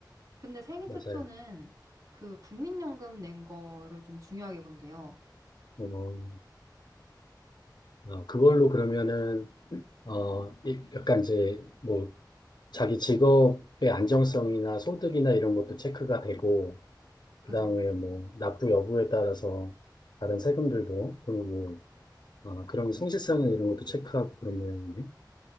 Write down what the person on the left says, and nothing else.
맞아요.
어, 어, 그걸로 그러면은, 어, 이- 약간 이제, 뭐, 자기 직업의 안정성이나 소득이나 이런 것도 체크가 되고,
그 다음에 뭐, 납부 여부에 따라서 다른 세금들도, 그리고, 어, 그런 성실성이나 이런 것도 체크하고 그런 모양이네.